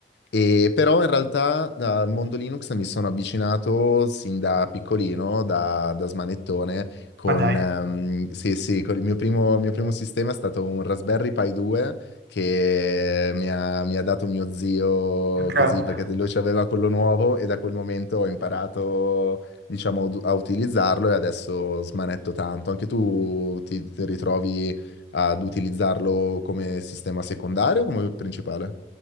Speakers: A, on the left; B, on the right.
A: E però in realtà dal mondo Linux mi sono avvicinato sin da piccolino, da, da smanettone, con,
B: Ma dai,
A: ehm, sì, sì, con il mio primo, il mio primo sistema è stato un Raspberry Pi 2 che mi ha, mi ha dato mio zio
B: porca-
A: così, perché lui ci aveva quello nuovo e da quel momento ho imparato, diciamo, ad- a utilizzarlo e adesso smanetto tanto. Anche tu ti, ti ritrovi ad utilizzarlo come sistema secondario o come principale?